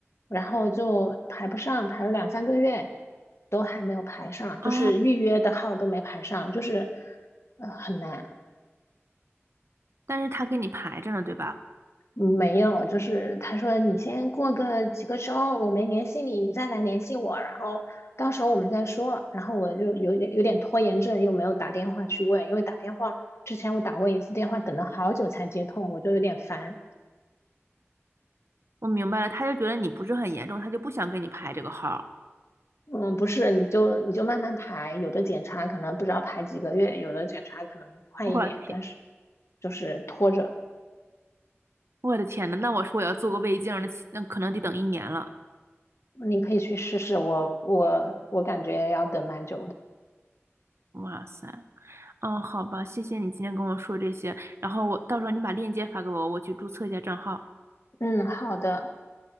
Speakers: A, on the left; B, on the right.
A: 然后就排不上，排了两三个月都还没有排上，就是预约的号都没排上，
B: 啊，
A: 就是呃很难。
B: 但是他给你排着呢，对吧？
A: 嗯没有，就是他说你先过个几个周，我没联系你，你再来联系我，然后到时候我们再说。然后我就有点有点拖延症，又没有打电话去问，因为打电话之前我打过一次电话，等了好久才接通，我就有点烦。
B: 我明白了，他就觉得你不是很严重，他就不想给你排这个号儿
A: 嗯，不是，你就你就慢慢排，有的检查可能不知道排几个月，有的检查可能快一点，
B: 我的天，
A: 但是就是拖着，
B: 我的天呐，那我说我要做个胃镜儿那起那可能得等一年了。
A: 嗯你可以去试试，我我我感觉要等蛮久的。
B: 哇塞，哦，好吧，谢谢你今天跟我说这些，然后我到时候你把链接发给我，我去注册一下账号。
A: 嗯，好的，